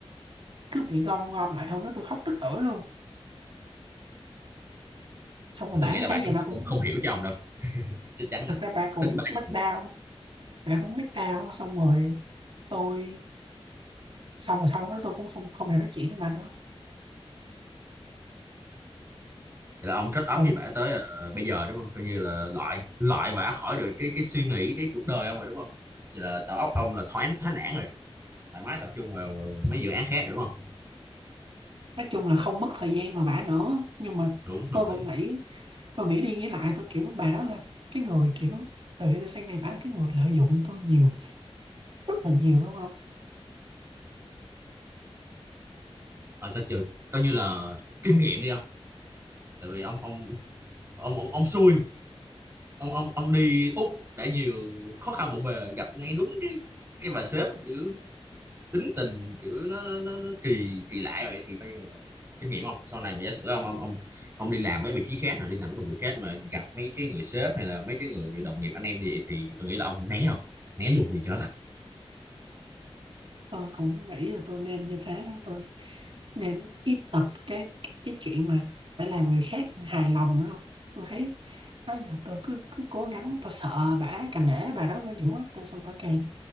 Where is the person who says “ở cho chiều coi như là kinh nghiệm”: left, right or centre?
Right